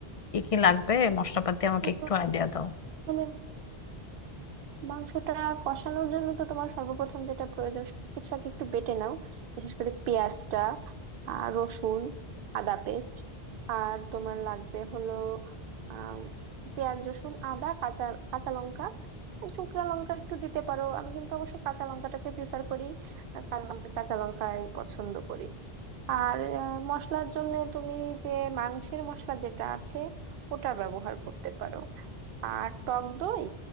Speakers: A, on the left; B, on the right.
A: কি কি লাগবে মশলাপাতি আমাকে
B: আহ,
A: একটু আইডিয়া দাও
B: মানে মাংসটা কষানোর জন্য তো তোমার সর্বপ্রথম যেটা প্রয়োজন সবকিছু আগে একটু বেটে নাও বিশেষ করে পেঁয়াজটা আর রসুন আদা পেস্ট আর তোমার লাগবে হলো আহ পেঁয়াজ রসুন আদা কাঁচা কাঁচা লঙ্কা শুকনো লঙ্কা একটু দিতে পারো আমি কিন্তু অবশ্য কাঁচা লঙ্কাটাকে প্রিফার করি আহ, কারণ আমি কাঁচা লঙ্কাই পছন্দ করি আর আহ, মশলার জন্য তুমি যে মাংসের মশলা যেটা আছে ওটা ব্যবহার করতে পারো আর টক দই